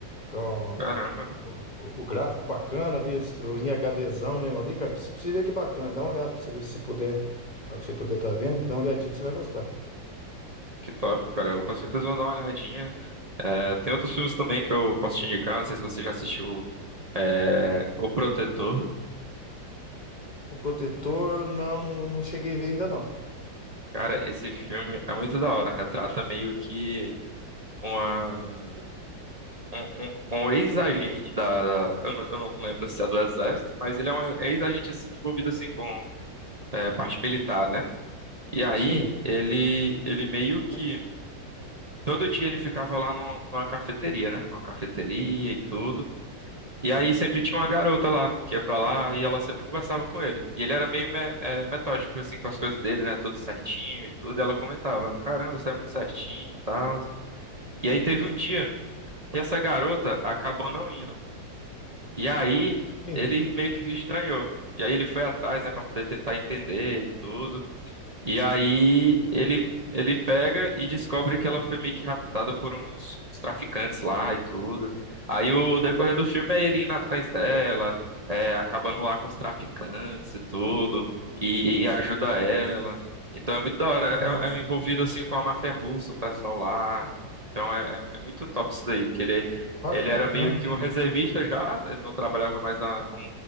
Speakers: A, on the left (about 30°); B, on the right (about 35°).
A: Com,
B: Caramba,
A: o, o gráfico bacana ali, o- em HDzão mesmo ali, cara. Pra você pra você ver que bacana. Dá uma olhada pra você ver se você puder. Na hora que você puder tá vendo, dá uma olhadinha que você vai gostar.
B: que top, cara. Eu com certeza vou dar uma olhadinha. É, tem outros filmes também que eu posso te indicar. Não sei se você já assistiu, é, O Protetor.
A: O protetor, não, não, não cheguei a ver ainda não.
B: Cara, esse filme é muito da hora. Retrata meio que uma, um, um- um ex-agente da, da- eu, não, eu não lembro se é do Exército, mas ele é um ex-agente assim envolvido assim com é, parte militar, né? E aí
A: Sim,
B: ele ele meio que todo dia ele ficava lá no, numa cafeteria, né? Uma cafeteria e tudo. E aí sempre tinha uma garota lá que ia pra lá e ela sempre conversava com ele. E ele era meio me- é, metódico assim com as coisas dele, né? Tudo certinho e tudo. E ela comentava: "Ah, "Caramba, você é muito certinho e tal". E aí teve um dia que essa garota acabou não indo. E aí
A: sim.
B: ele meio que estranhou. E aí ele foi atrás, né, pra poder tentar entender e tudo. E aí ele ele pega e descobre que ela foi meio que raptada por uns traficantes lá e tudo. Aí o decorrer do filme é ele indo atrás dela, é, acabando lá com os traficantes e tudo, e, e ajuda ela. Então é muito da hora,
A: Ah,
B: é, é um envolvido assim com a máfia russa, o pessoal lá. Então é, é- é muito top isso daí, que ele,
A: ba-
B: ele
A: bacana.
B: era meio que um reservista já, ele não trabalhava mais na, como